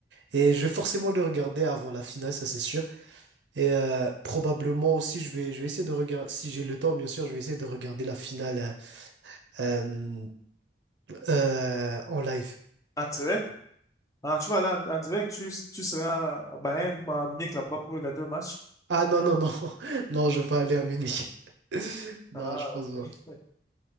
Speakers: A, on the right (about 85°); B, on the left (about 20°).
A: Et je vais forcément le regarder avant la finale, ça c'est sûr. Et euh, probablement aussi, je vais, je vais essayer de regarder, si j'ai le temps, bien sûr, je vais essayer de regarder la finale euh, euh, euh, en live.
B: En direct. Ah, tu vas aller en, en direct, tu, tu seras à Bayern, à Munich là-bas pour regarder le match.
A: Ah non, non, non, <laughs> non, je vais pas aller à Munich. <laughs> Non,
B: Ah,
A: je pense
B: ok.
A: pas.
B: <laughs>